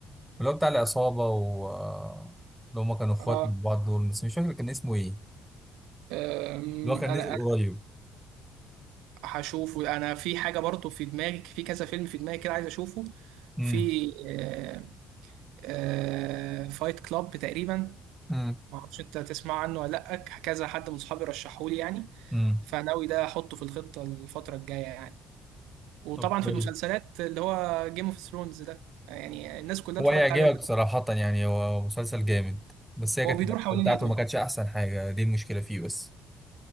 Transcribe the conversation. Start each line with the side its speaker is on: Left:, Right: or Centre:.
Centre: اللي هو بتاع العصابة و آه، اللي هما كانوا اخوات
Right: اه
Centre: من بعض دول بس مش فاكر كان اسمه ايه
Right: أم،
Centre: اللي هو كان
Right: انا
Centre: نزل قريب
Right: هشوفه انا في حاجه برضو في دماغي في كذا فيلم في دماغي كده عايز اشوفه
Centre: امم
Right: في آه، آه، فايت كلاب تقريبا
Centre: امم
Right: ما اعرفش انت تسمع عنه ولا لا كذا حد من اصحابي رشحهولي يعني
Centre: امم
Right: فناوي ده احطه في الخطه الفتره الجايه يعني وطبعا
Centre: طب
Right: في
Centre: كويس.
Right: المسلسلات اللي هو جيم اوف ثرونز ده يعني الناس كلها
Centre: هو
Right: اتفرجت
Centre: هيعجبك
Right: عليه
Centre: صراحة يعني هو مسلسل جامد بس هي
Right: هو
Centre: كانت
Right: بيدور
Centre: الأكلة
Right: حوالين
Centre: بتاعته
Right: ايه طيب
Centre: ما كانتش أحسن حاجة دي المشكلة فيه بس